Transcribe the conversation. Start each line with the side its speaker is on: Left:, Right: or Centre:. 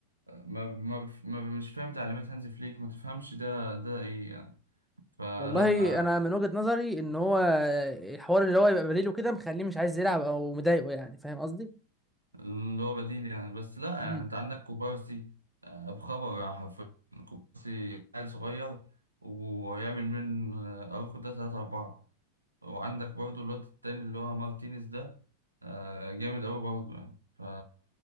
Right: ما ما بف- ما مش فاهم تعليمات هانز فليك ما تفهمش ده ده ايه يعني فلا
Centre: والله
Right: آه،
Centre: انا من وجهه نظري ان هو الحوار اللي هو يبقى بديله كده مخليه مش عايز يلعب او مضايقه يعني فاهم قصدي
Right: اللي هو بديل يعني بس لا
Centre: امم
Right: يعني انت عندك كوبارسي آه، بخبر يعني حرفيا كوبارسي عيل صغير ويعمل من آه، اروخو ده تلاتة أربعة وعندك برضو الواد التاني اللي هو مارتينيز ده آه، جامد أوي برضو يعني ف